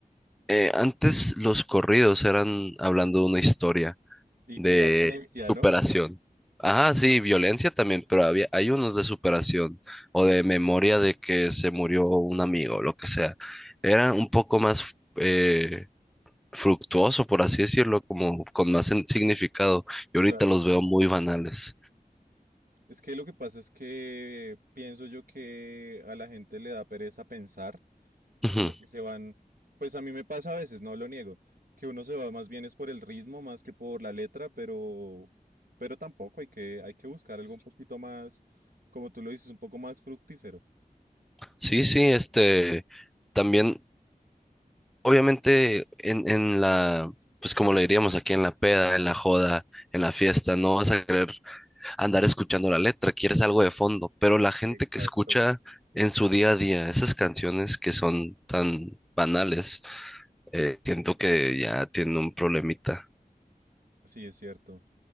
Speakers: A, in the centre; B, on the right (about 70°).
A: eh, antes los corridos eran hablando de una historia.
B: Y
A: de
B: pura violencia,
A: superación.
B: ¿no?
A: Ajá, sí, violencia también, pero había, hay unos de superación o de memoria de que se murió un amigo, lo que sea. Era un poco más eh, fructuoso, por así decirlo, como con más sen- significado. Y ahorita
B: Claro.
A: los veo muy banales.
B: Es que lo que pasa es que pienso yo que a la gente le da pereza pensar y
A: Ujú.
B: como que se van, pues a mí me pasa a veces, no lo niego, que uno se va más bien es por el ritmo más que por la letra, pero pero tampoco hay que hay que buscar algo un poquito más, como tú lo dices, un poco más fructífero.
A: Sí, sí, este, también, obviamente, en, en la, pues como le diríamos aquí, en la peda, en la joda, en la fiesta, no vas a querer andar escuchando la letra, quieres algo de fondo, pero la gente
B: Exacto.
A: que escucha en su día a día esas canciones que son tan banales, eh, siento que ya tiene un problemita.
B: Sí, es cierto.